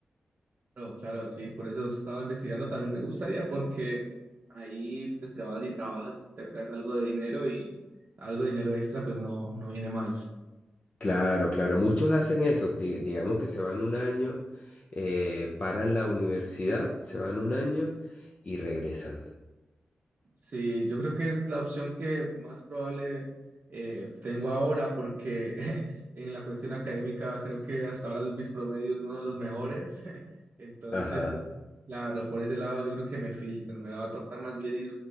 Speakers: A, on the right; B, on the left.
A: claro claro, sí, por eso estaba investigando, también me gustaría porque ahí pues te vas y trabajas, te traes algo de dinero y algo de dinero extra pues no, no viene mal.
B: Claro, claro, muchos hacen eso, di- digamos que se van un año, eh, paran la universidad, se van un año y regresan.
A: Sí, yo creo que es la opción que más probable eh, tengo ahora porque <laughs> en la cuestión académica creo que hasta ahora mis promedios no son los mejores. <laughs> Entonces,
B: Ajá.
A: claro, por ese lado yo creo que me filtran. Me va a tocar más bien ir